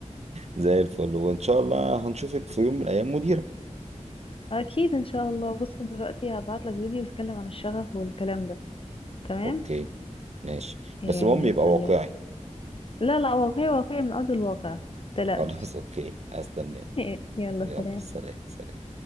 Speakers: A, on the right; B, on the left.
A: زي الفل وإن شاء الله هنشوفك في يوم من الأيام مدير
B: <laughs> اكيد ان شاء الله بص دلوقتي هبعت لك فيديو بيتكلم عن الشغف والكلام ده تمام
A: اوكي ماشي
B: يلا
A: بس المهم يبقى
B: سلام
A: واقعي
B: لا لا واقعي واقعي من ارض الواقع متقلقش
A: خلاص اوكي هستناه
B: <laughs> يلا
A: يلا
B: سلام
A: سلام سلام